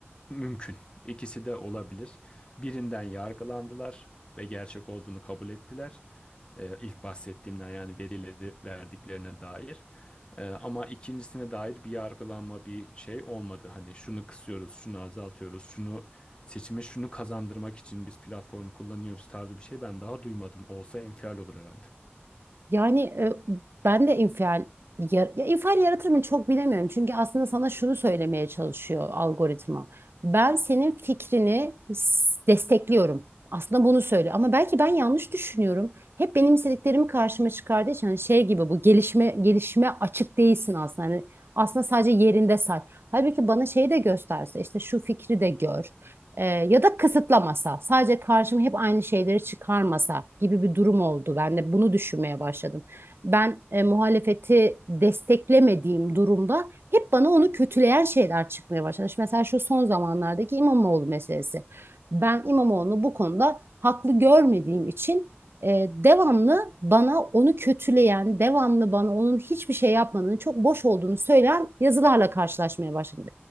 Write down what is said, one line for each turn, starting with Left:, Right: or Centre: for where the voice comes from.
Left: mümkün. İkisi de olabilir. Birinden yargılandılar ve gerçek olduğunu kabul ettiler. E, ilk bahsettiğimden yani verileri verdiklerine dair. Ee, ama ikincisine dair bir yargılanma bir şey olmadı. Hani şunu kısıyoruz, şunu azaltıyoruz, şunu seçime şunu kazandırmak için biz platform kullanıyoruz tarzı bir şey ben daha duymadım. Olsa infial olur herhalde.
Right: Yani e, ben de infial yar- ya infial yaratır mı çok bilemiyorum. Çünkü aslında sana şunu söylemeye çalışıyor algoritma. Ben senin fikrini s- destekliyorum. Aslında bunu söylüyor ama belki ben yanlış düşünüyorum. Hep benim istediklerimi karşıma çıkardığı için hani şey gibi bu gelişme gelişime açık değilsin aslında. Hani aslında sadece yerinde say. Halbuki bana şeyi de gösterse işte şu fikri de gör. Ee, ya da kısıtlamasa, sadece karşıma hep aynı şeyleri çıkarmasa gibi bir durum oldu. Ben de bunu düşünmeye başladım. Ben e, muhalefeti desteklemediğim durumda hep bana onu kötüleyen şeyler çıkmaya başladı. İşte mesela şu son zamanlardaki İmamoğlu meselesi. Ben İmamoğlu'nu bu konuda haklı görmediğim için e, devamlı bana onu kötüleyen, devamlı bana onun hiçbir şey yapmadığını, çok boş olduğunu söyleyen yazılarla karşılaşmaya başladım.